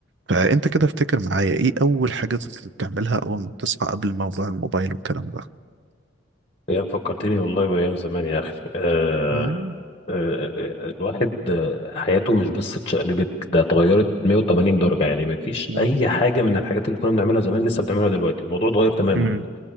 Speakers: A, on the right (about 60°); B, on the left (about 30°).
A: فانت كده افتكر معايا ايه اول حاجه كنت بتعملها اول ما بتصحى قبل موضوع الموبايل والكلام ده
B: يا فكرتني والله بأيام زمان يا أخي آه
A: مم.
B: آه آه، آه، الواحد آه، حياته مش بس اتشقلبت ده اتغيرت 180 درجة يعني ما فيش
A: يلا
B: أي حاجة من الحاجات اللي كنا بنعملها زمان لسه بنعملها دلوقتي الموضوع اتغير تماما
A: امم